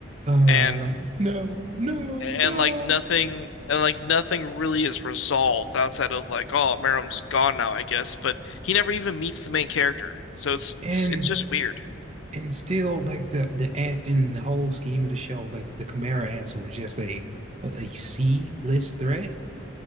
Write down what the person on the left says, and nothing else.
And
and like nothing and like nothing really is resolved outside of like oh Merrim's gone now I guess but he never even meets the main character so it's
it's, it's just weird